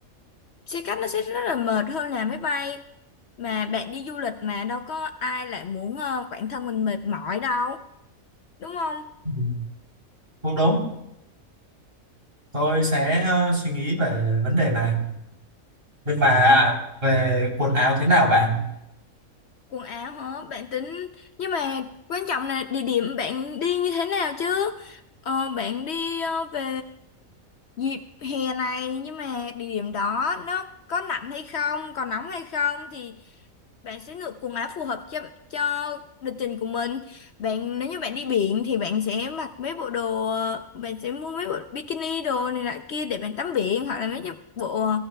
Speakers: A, on the left (about 60°); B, on the right (about 40°).
A: Xe khách nó sẽ rất là mệt hơn là máy bay. Mà bạn đi du lịch mà đâu có ai lại muốn à, bản thân mình mệt mỏi đâu, đúng không?
B: Ừ, Cũng đúng, tôi sẽ ờ, suy nghĩ về vấn đề này. Nhưng mà về quần áo thế nào bạn?
A: Quần áo hả? Bạn tính nhưng mà quan trọng là địa điểm bạn đi như thế nào chứ? Ờ, bạn đi ờ, về dịp hè này nhưng mà địa điểm đó nó có lạnh hay không, có nóng hay không thì bạn sẽ lựa quần áo phù hợp cho cho lịch trình của mình. Bạn nếu như bạn đi biển thì bạn sẽ mặc mấy bộ đồ ờ, bạn sẽ mua mấy bộ bikini đồ này nọ kia để bạn tắm biển hoặc là mấy cái bộ